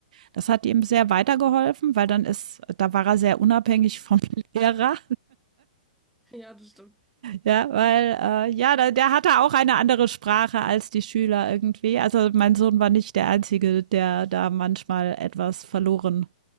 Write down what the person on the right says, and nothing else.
das hat ihm sehr weitergeholfen, weil dann ist, da war er sehr unabhängig vom <laughs> Lehrer,
ja, weil äh, ja, da, der hatte auch eine andere Sprache als die Schüler irgendwie. Also mein Sohn war nicht der einzige, der da manchmal etwas verloren,